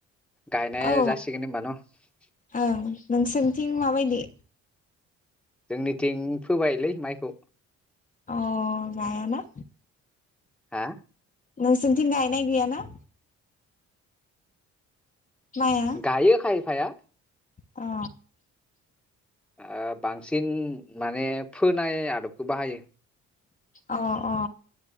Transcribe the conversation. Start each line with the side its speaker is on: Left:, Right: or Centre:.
Centre: गायनाया
Left: औ
Centre: जासिगोन होनबा न।
Left: ओं नोंसोरनिथिं माबायदि?
Centre: जोंनिथिं फोबायलै माइखौ।
Left: अ जायाना।
Centre: हा?
Left: नोंसोरनिथिं गायनाय गैयाना। माइआ
Centre: गायो खाय। फाया।
Left: अ।
Centre: ओ बांसिन माने फोनाय आदबखौ बाहायो।
Left: अ अ।